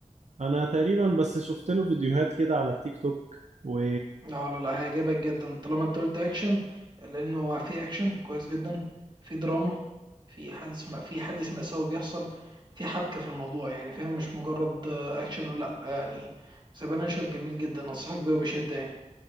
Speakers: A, on the right; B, on the right.
A: أنا تقريبا بس شفت له فيديوهات كده على التيك توك و
B: اه لا لا هيعجبك جدا طالما انت قلت اكشن لانه هو في اكشن كويس جدا في دراما في حادث ما في حادث مأساوي بيحصل في حبكة في الموضوع يعني فاهم مش مجرد آه، اكشن ولا لأ، يعني سبانشر جميل جدا انصحك بيه وبشدة يعني